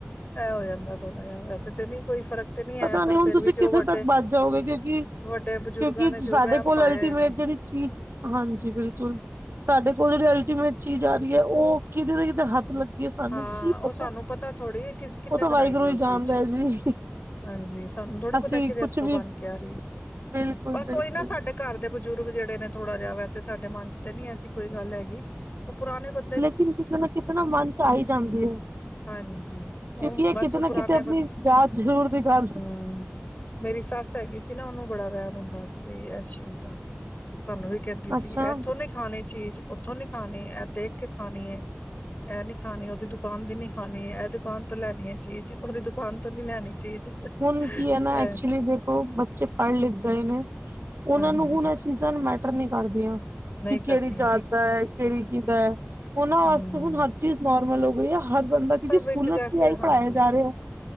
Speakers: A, on the left; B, on the right.
A: ਆਹ ਹੋ ਜਾਂਦਾ ਥੋੜਾ ਜਿਹਾ, ਵੈਸੇ ਤੇ ਨਹੀਂ ਕੋਈ ਫ਼ਰਕ ਤੇ ਨਹੀਂ
B: ਪਤਾ
A: ਹੈ ਪਰ
B: ਨੀ, ਹੁਣ
A: ਫਿਰ
B: ਤੁਸੀਂ
A: ਵੀ
B: ਕਿੱਥੇ
A: ਜੋ ਵੱਡੇ
B: ਤੱਕ ਬੱਚ ਜਾਓਗੇ ਗੇ ਕਿ
A: ਵੱਡੇ ਬਜ਼ੁਰਗਾਂ
B: ਕਿਉਂਕਿ
A: ਨੇ
B: ਸਾਡੇ
A: ਜੋ ਵਹਿਮ
B: ਕੋਲ
A: ਪਾਏ
B: ਅਲਟੀਮੇਟ
A: ਹੋਏ ਨੇ
B: ਜਿਹੜੀ ਚੀਜ਼, ਹਾਂਜੀ, ਬਿਲਕੁਲ ਸਾਡੇ ਕੋਲ ਜਿੜੀ ਅਲਟੀਮੇਟ ਚੀਜ਼ ਆ ਰਹੀ ਹੈ, ਉਹ ਕਿਦੇ ਨਾ ਕਿਤੇ ਹੱਥ ਲੱ ਯਾ ਸਾਨੂੰ
A: ਹਾਂ
B: ਕੀ
A: ਉਹ
B: ਪਤਾ,,,,,,,,,
A: ਸਾਨੂੰ ਥੋੜ੍ਹੀ ਕਿਸ ਕਿੰਨੇ
B: ਉਹ ਤਾਂ ਵਾਹਿਗੁਰੂ
A: ਬਣਾਈ ਹੈ
B: ਹੀ
A: ਉਹ
B: ਜਾਣਦਾ
A: ਚੀਜ਼
B: ਹੈ ਜੀ।
A: ਹਾਂਜੀ, ਸਾਨੂੰ ਥੋੜ੍ਹੀ
B: ਅਸੀਂ
A: ਪਤਾ ਕਿਤੇ
B: ਕੁਛ
A: ਹੱਥੋਂ
B: ਵੀ
A: ਬਨ ਕੇ ਆ ਰਹੀ,,,,,
B: ਬਿਲਕੁਲ
A: ਬਸ
B: ਬਿਲਕੁਲ
A: ਉਹੀ ਨਾ ਸਾਡੇ ਘਰ ਦੇ ਬਜ਼ੁਰਗ ਜਿਹੜੇ ਨੇ ਥੋੜਾ ਜਿਹਾ, ਵੈਸੇ ਸਾਡੇ ਮਨ 'ਚ ਤੇ ਨਹੀ ਐਸੀ ਕੋਈ ਗੱਲ ਹੈਗੀ,,,,, ਉਹ ਪੁਰਾਣੇ ਬ
B: ਲੇਕਿਨ ਕਿਤੇ ਨਾ ਕਿਤੇ ਨਾ, ਮੰਨ 'ਚ ਆਈ ਜਾਂਦੀ ਹੈ।
A: ਹਾਂਜੀ ਉਹ
B: ਕਿਉਂਕਿ ਇਹ
A: ਬਸ
B: ਕਿਤੇ ਨਾ
A: ਪੁਰਾਣੇ
B: ਕਿਤੇ, ਆਪਣੀ
A: ਬੰਦੇ
B: ਜਾਤ ਜ਼ਰੂਰ ਦਿਖਾ
A: ਹਮ ਮੇਰੀ ਸੱਸ ਹੈਗੀ ਸੀ ਨਾ, ਉਹਨੂੰ ਬੜਾ ਵਹਿਮ ਹੁੰਦਾ ਸੀ ਆਸ ਚੀਜ ਦਾ। ਸਾਨੂੰ ਵੀ ਕਹਿੰਦੀ ਸੀ,
B: ਅੱਛਾ
A: ਇੱਥੋਂ ਨੀਂ ਕ ਖਾਣੀ ਚੀਜ਼, ਉੱਥੋਂ ਨੀ ਖਾਣੀ, ਇਹ ਦੇਖ ਕੇ ਖਾਨੀ,,,, ਅਹ ਨੀ ਖਾਣੀ, ਉਹਦੀ ਦੁਕਾਨ ਦੀ ਨੀ ਖਾਨੀ, ਇਹ ਦੁਕਾਨ ਤੋਂ ਲਾਨੀ ਹੈ ਚੀਜ਼, ਉਹਦੀ ਦੁਕਾਨ ਤੋਂ ਨੀ ਲੈਣੀ ਚੀਜ਼
B: ਹੁਨ ਕੀ ਹੈ
A: ਇਹ
B: ਨਾ ਐਕਚੁਲੀ, ਦੇਖੋ ਬੱਚੇ ਪੜ੍ਹ ਲਿਖ ਗਏ ਨੇ, ਉਹਨਾਂ
A: ਹਾਂਜੀ
B: ਨੂੰ ਹੁਣ ਇਹ ਚੀਜ਼ਾਂ ਮੈਟਰ ਨਹੀਂ ਕਰਦੀਆਂ,
A: ਨਹੀਂ
B: ਕਿ
A: ਕਰਦੀਆਂ
B: ਕਿਹੜੀ ਜਾਤ ਦਾ ਹੈ, ਕਿਹੜੀ ਕੀ ਦਾ ਹੈ, ਉਹਨਾਂ ਵਾਸਤੇ
A: ਹਮ
B: ਹੁਣ ਹਰ ਚੀਜ਼ ਨੋਰਮਲ ਹੋ ਗਈ ਹੈ ਹਦ ਬੰਦਾ, <unintelligible>
A: ਸਭ
B: ਸਕੂਲਾਂ
A: ਇੱਕ ਜੈਸੇ
B: ਤੇ ਆ ਹੀ
A: ਹਾਂਜੀ
B: ਪੜ੍ਹਾਇਆ ਜਾ ਰਿਹਾ,